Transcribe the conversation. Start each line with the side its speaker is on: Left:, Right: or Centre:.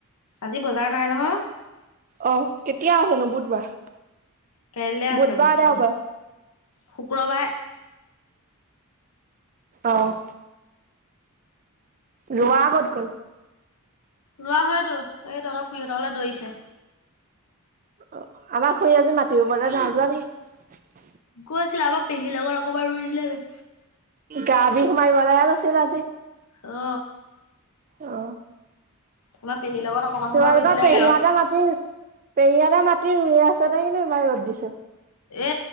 Left: আজি বজাৰ নাই নহয়
Right: অ কেতিয়া আছেনো বুধবাৰ?
Left: কাইলৈ আছে
Right: বুধবাৰলে
Left: বজাৰ
Right: হব
Left: শুক্ৰবাৰে
Right: অ। ল'ৰা কত গল?
Left: লৰা সৈতো এই তহঁতৰ খুড়ী হতঁৰ ঘৰলে দৌৰিছে।
Right: অ আমাৰ খুৰী আজি মাতি ৰোবলে নাই যোৱা নেকি?
Left: গৈ আছিল আমাৰ পেহীৰ লগত অকমান ৰোই দিলেগে।
Right: গা বিষ মাৰিবলৈহে গৈছিল আজি।
Left: অ।
Right: অ।
Left: আমাৰ পেহীৰ লগত অকণমান সময়
Right: তোমালোকৰ
Left: ৰুই দিলেগে
Right: পেহীহঁতৰ
Left: আৰু
Right: মাটি পেহীহঁতৰ মাটি ৰোই‌ আছে নে কিনো ইমান ৰ'দ দিছে।
Left: এ